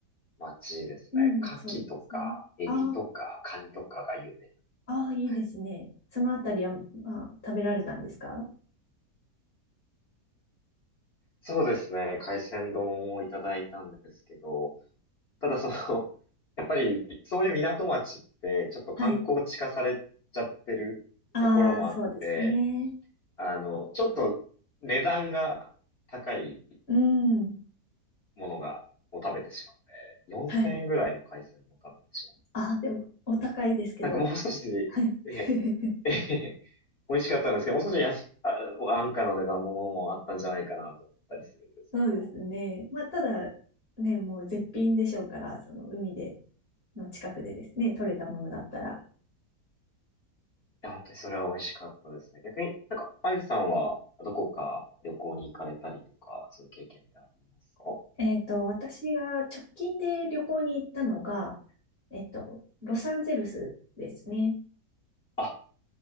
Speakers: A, on the left; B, on the left.
A: 町ですね。
B: うん、
A: 牡蠣とか、
B: そうですね。
A: エビとか、
B: あ
A: カニとかが有名。
B: あ、ああ、いいですね。
A: はい
B: そのあたりは、まあ、食べられたんですか
A: そうですね。海鮮丼をいただいたんですけど、ただその、やっぱりそういう港町ってちょっと観光地化されちゃってるところもあって、
B: はい。ああ、そうですね。
A: あの、ちょっと値段が高い
B: うん。
A: ものが、を食べてしまって、4000円ぐらいの海鮮丼を食べてしまう。
B: はい。ああ、でも、お高いですけど、
A: なんかもう少し、
B: はい。
A: え、
B: <laughs>
A: え、美味しかったんですけど、もう少し安、あ、安価な値段のものもあったんじゃないかなと思ったりするんですけど。
B: そうですね。まあ、ただ、ね、もう絶品でしょうから、その海で、の近くでですね、取れたものだったら。
A: や、本当にそれは美味しかったですね。逆になんか、あゆさんはどこか旅行に行かれたりとか、そういう経験ってありますか
B: えっと、私が直近で旅行に行ったのが、えっと、ロサンゼルスですね。
A: あ、